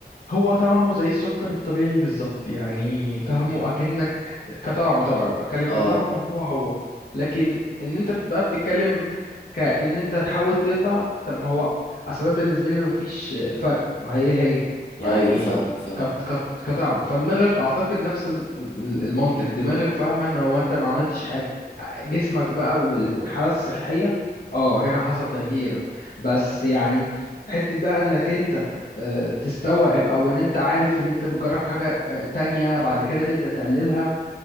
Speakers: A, on the left (about 60°); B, on the left (about 35°).
A: هو طعمه زي السكر الطبيعي بالظبط يعني طعمه اكنك كطعم طبعا أنا بتكلم
B: آه
A: كطعم هو هو لكن ان انت بقى بتتكلم كأن انت تحاول تقطع طب ما هو اصلا بالنسبه لي ما فيش فرق ما هي هي يعني
B: أيوه فاهمك فاهم
A: كت كت كطعم فدماغك اعتقد نفس الم- المنطق دماغك فاهمه ان هو انت ما عملتش حاجه جسمك بقى وال- والحاله الصحيه اه هنا حصل تغيير بس يعني حته بقى انك انت آه، تستوعب او ان انت عارف ان انت بتجرب حاجة آه، تانية بعد كده تبدأ تقللها